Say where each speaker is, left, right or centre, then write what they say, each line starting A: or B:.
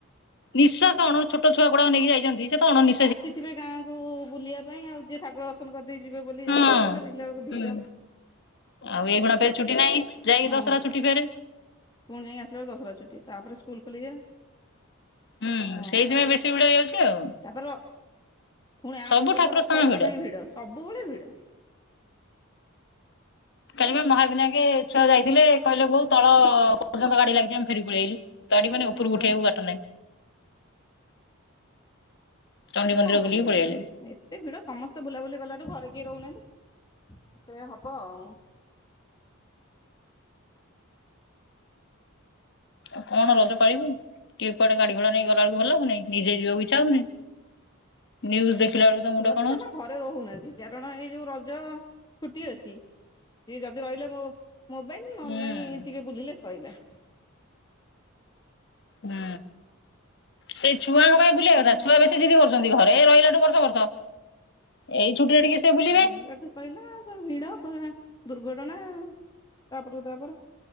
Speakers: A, on the left; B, on the left.
A: ନିଶାସ ଅଣୁ ଛୋଟ ଛୁଆ ଗୁଡ଼ାକ ନେଇକି ଯାଇଚନ୍ତି ସେତ ଅଣନୀ
B: ସେଥିପାଇଁ ଗାଁକୁ ବୁଲିବା ପାଇଁ ଆଉ ଯିଏ ଠାକୁର ଦର୍ଶନ କରିଦେଇ ଯିବ ବୋଲି
A: ହଁ
B: ଆସୁଥିବେ ଦେଖିଲା ବେଳକୁ ଭିଡ଼
A: ହୁଁ ଆଉ ଏଇଖିଣାତ ଏଠି ଛୁଟି ନାହିଁ ଯାଇକି
B: ହଁ,
A: ଦଶହରା ଛୁଟି ଫେରେ।
B: ପୁଣି ଯାଇକି ଆସିଲା ବେଳକୁ ଦଶହରା ଛୁଟି, ତାପରେ ସ୍କୁଲ୍ ଖୋଲିଯାଏ।
A: ହୁଁ
B: ହଁ
A: ସେଇଥିପାଇଁ ବେଶୀ ଭିଡ ହେଇଯାଉଛି ଆଉ।
B: ତାପରେ ପୁଣି ଆପରେ
A: ସବୁ
B: ପରେତ
A: ଠାକୁର
B: ରଥଯାତ୍ରା
A: ସ୍ଥାନ ଭିଡ।
B: ପାଇଁ ଭିଡ଼, ସବୁବେଳେ ଭିଡ଼।
A: କାଲିବା ମହାବିନାକେ ଛୁଆ ଯାଇଥିଲେ କହିଲେ ବଉ ତଳ ପର୍ଯ୍ୟନ୍ତ ଗାଡ଼ି ଲାଗିଚି ଆମେ ଫେରିକି ପଳେଇ ଆଇଲୁ। ଗାଡି ମାନେ ଉପରକୁ
B: ହଁ ବା।
A: ଉଠେଇବାକୁ ବାଟ ନାହିଁ। ଚଣ୍ଡି
B: ଆଉ
A: ମନ୍ଦିର
B: କଣ କରିବେ।
A: ବୁଲିକି ପଳେଇଆଇଲେ।
B: ଏ ଏତେ ଭିଡ଼ ସମସ୍ତେ ବୁଲାବୁଲି କଲାଠୁ ଘରେ କେହିର ରହୁନାହାନ୍ତି। ସେଇଆ ହବ ଆଉ।
A: ଆଉ କଣ ରଜ ପାଳିବୁ। କିଏ କୁଆଡ଼େ ଗାଡ଼ିଘୋଡ଼ା ନେଇକି ଗଲା ବେଳକୁ ଭଲ ଲାଗୁନି। ନିଜେ ଯିବାକୁ ଇଚ୍ଛା ହେଉନି। ନ୍ୟୁଜ୍ ଦେଖିଲା ବେଳକୁ ତ
B: ଛୁଆ
A: ମୁଣ୍ଡ କଣ
B: ଜମା
A: ହଉଚି।
B: ଘରେ ରହୁନାହାନ୍ତି, କାରଣ ଏଇ ଯୋଉ ରଜ ଛୁଟି ଅଛି ସିଏ ଯଦି ରହିଲେ ମୋ ମୋବାଇଲ ନ ହେଲେ
A: ହୁଁ
B: ନାଇଁ ଟିକେ ବୁଲିଲେ ସଇଲା।
A: ହୁଁ। ସେ ଛୁଆଙ୍କ ପାଇଁ ବୁଲିବା
B: ଅ
A: କଥା। ଛୁଆ ବେଶୀ ଜିଦି କରୁଛନ୍ତି, ଘରେ ରହିଲାଠୁ ବର୍ଷ ବର୍ଷ। ଏଇ ଛୁଟି ରେ ଟିକେ ସେ ବୁଲିବେ
B: ଆଉ ବୁଲିଲା ଠୁ ସଇଲା। ସବୁ ଭିଡ ପୁଣି ଦୁର୍ଘଟଣା ତାପରକୁ ତାପର।